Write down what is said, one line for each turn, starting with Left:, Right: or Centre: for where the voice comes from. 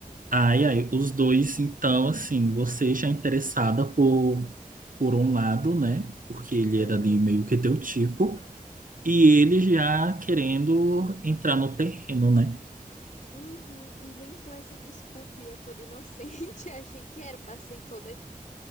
Right: Ai, ai, os dois, então, assim, você já é interessada por, por um lado, né? Porque ele
Left: Aham.
Right: era ali meio que teu tipo, e ele já querendo entrar no terreno, né?
Left: Uhum, inventou essa desculpa e eu toda inocente. <laughs> Achei que era, passei toda,